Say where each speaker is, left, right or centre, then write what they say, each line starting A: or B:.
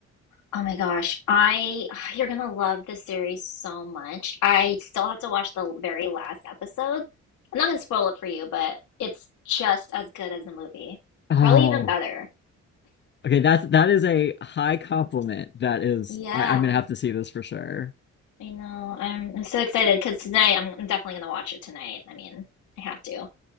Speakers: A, on the left; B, on the left.
A: Oh my gosh. I <sighs> you're gonna love this series so much. I still have to watch the very last episode. I'm not gonna spoil it for you, but it's just as good as the movie.
B: Oh,
A: Probably even better.
B: okay. That's that is a high compliment. That is,
A: Yeah,
B: I, I'm gonna have to see this for sure.
A: I know. I'm I'm so excited because tonight I'm, I'm definitely gonna watch it tonight. I mean, I have to.